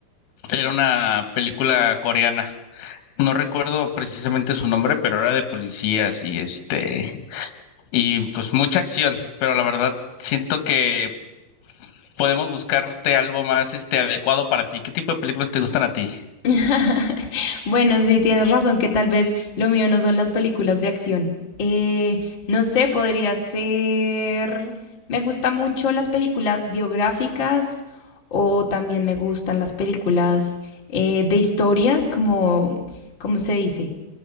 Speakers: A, on the left; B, on the left.
A: Era una película coreana. No recuerdo precisamente su nombre, pero era de policías y este, y pues mucha acción, pero la verdad siento que podemos buscarte algo más este adecuado para ti. ¿Qué tipo de películas te gustan a ti?
B: <laughs> Bueno, sí, tienes razón que tal vez lo mío no son las películas de acción. Eh, no sé, podría ser... Me gustan mucho las películas biográficas o también me gustan las películas eh, de historias, como, ¿cómo se dice?